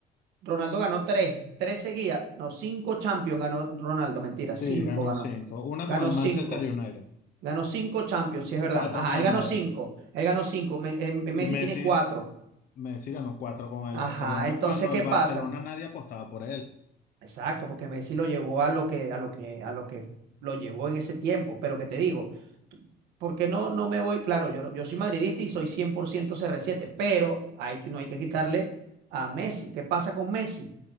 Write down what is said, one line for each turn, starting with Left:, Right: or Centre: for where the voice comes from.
Right: Ronaldo ganó tres, tres seguidas, no, cinco Champions ganó Ronaldo, mentira,
Left: sí,
Right: cinco
Left: ganó
Right: ganó,
Left: cinco. Una
Right: ganó
Left: con el Manchester
Right: cinco.
Left: United.
Right: Ganó cinco Champions, sí es
Left: y
Right: verdad.
Left: cuatro
Right: Ajá,
Left: con
Right: él
Left: el
Right: ganó
Left: Madrid.
Right: cinco. Él ganó cinco. Me- em-
Left: Y
Right: Messi
Left: Messi,
Right: tiene cuatro.
Left: Messi ganó cuatro con el
Right: Ajá.
Left: Barcelona
Right: Entonces,
Left: cuando
Right: ¿qué
Left: el Barcelona
Right: pasa?
Left: nadie apostaba por él.
Right: Exacto, porque Messi lo llevó a lo que, a lo que, a lo que lo llevó en ese tiempo. Pero que te digo, tú- ¿por qué no, no me voy? Claro, yo, no- yo soy madridista y soy 100% CR7, pero hay que, no hay que quitarle a Messi. ¿Qué pasa con Messi?